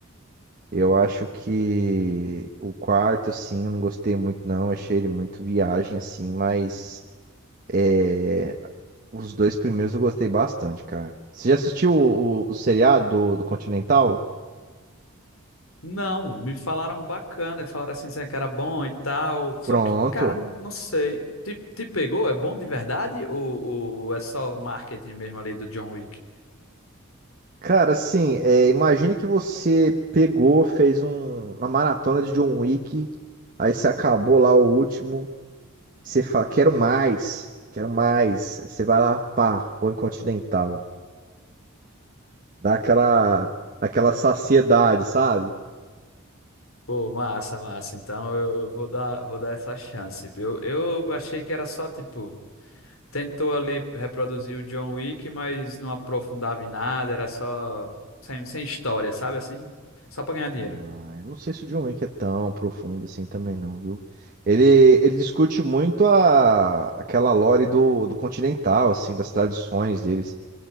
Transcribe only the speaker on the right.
Eu acho que o quarto, assim, eu não gostei muito, não. Achei ele muito viagem, assim, mas é, os dois primeiros eu gostei bastante, cara. Você já assistiu o, o, o seriado do, do Continental?
Pronto.
Cara, assim, é, imagine que você pegou, fez um- uma maratona de John Wick, aí você acabou lá o último. Você fala, quero mais, quero mais. Você vai lá, pá, põe continental. Dá aquela, aquela saciedade, sabe?
Ah, eu não sei se o John Wick é tão profundo assim também não, viu? Ele, ele discute muito a, aquela lore do, do continental, assim, das tradições deles.